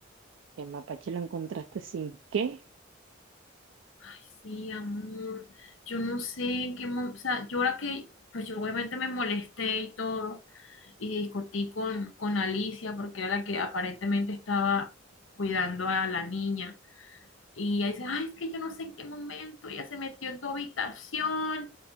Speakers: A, on the right (about 70°); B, on the left (about 80°).
A: El mapache lo encontraste sin qué.
B: Ay, sí, amor. Yo no sé en qué. mo- O sea, yo ahora que, pues yo obviamente me molesté y todo. y discutí con, con Alicia porque era la que aparentemente estaba cuidando a la niña. Y ella dice, ay, es que yo no sé en qué momento ella se metió en tu habitación